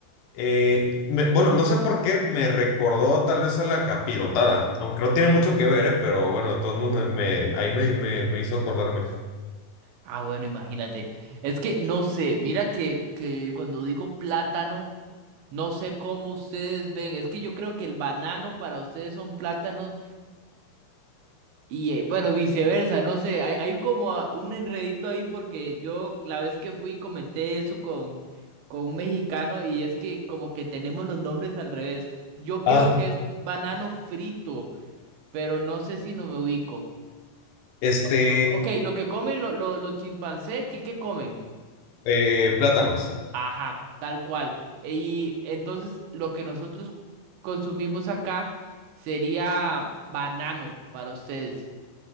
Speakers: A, on the left; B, on the right.
A: eh, me- bueno, no sé por qué me recordó tal vez a la capirotada, aunque no tiene mucho que ver, eh, pero bueno, de todos modos me, me- ahí me, me- me hizo acordarme.
B: Ah, bueno, imagínate. Es que no sé, mira que, que cuando digo plátano, no sé cómo ustedes ven. Es que yo creo que el banano para ustedes son plátanos Y eh, bueno, viceversa, no sé, hay, hay como ah, un enredito ahí porque yo la vez que fui comenté eso con, con un mexicano y es que como que tenemos los nombres al revés. Yo creo
A: Ah.
B: que es banano frito, pero no sé si no me ubico.
A: Este,
B: Ok, lo que comen lo- lo- los chimpancés, ¿qué, qué comen?
A: eh, plátanos.
B: Ajá, tal cual. E- Y entonces lo que nosotros consumimos acá sería banano para ustedes.